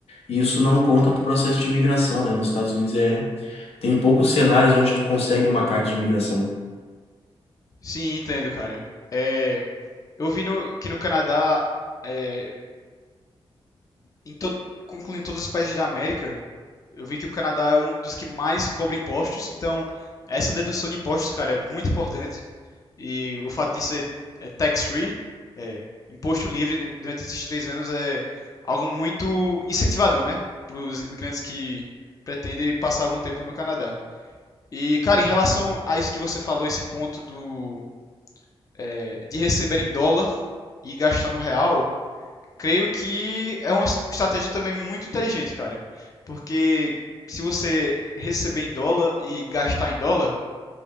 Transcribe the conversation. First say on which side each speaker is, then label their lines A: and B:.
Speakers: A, on the left; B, on the left.
A: e isso não conta
B: uhum.
A: para o processo de imigração, né? Nos Estados Unidos é tem poucos cenários onde tu consegue uma carta de imigração.
B: Sim, entendo, cara. É, eu vi no, que no Canadá, é, em todo, incluindo todos os países da América, eu vi que o Canadá é um dos que mais cobra impostos, então essa dedução de impostos, cara, é muito importante. E o fato de ser é, tax-free, é, imposto livre né, durante esses três anos, é algo muito incentivador, né? Para os imigrantes que pretendem passar algum tempo no Canadá. E, cara, em relação a isso que você falou, esse ponto do é, de receber em dólar e gastar no real, creio que é uma es- estratégia também muito inteligente, cara. Porque se você receber em dólar e gastar em dólar,